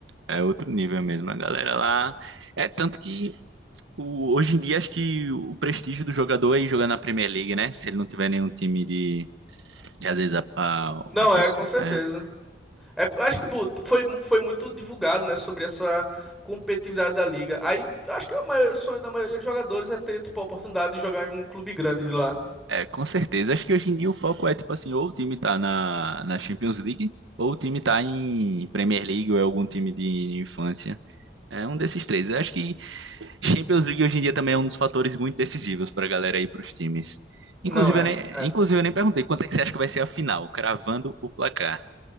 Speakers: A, on the right (about 85°); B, in the centre.
A: é outro nível mesmo, a galera lá. É tanto que o- hoje em dia acho que o prestígio do jogador é ir jogar na Premier League, né? Se ele não tiver nenhum time de. Que às vezes a, a,
B: Não
A: a pessoa.
B: é, com certeza.
A: É.
B: É, acho que tipo, foi, foi muito divulgado, né, sobre essa competitividade da liga. Aí, acho que o maior- o sonho da maioria dos jogadores é ter, tipo, a oportunidade de jogar em um clube grande de lá.
A: É, com certeza. Acho que hoje em dia o foco é tipo assim, ou o time tá na, na Champions League, ou o time tá em Premier League, ou é algum time de infância. É um desses três. Eu acho que Champions League hoje em dia também é um dos fatores muito decisivos pra galera ir pros times.
B: Não
A: Inclusive,
B: é,
A: eu nem,
B: é.
A: inclusive, eu nem perguntei quanto é que você acha que vai ser a final, cravando o placar.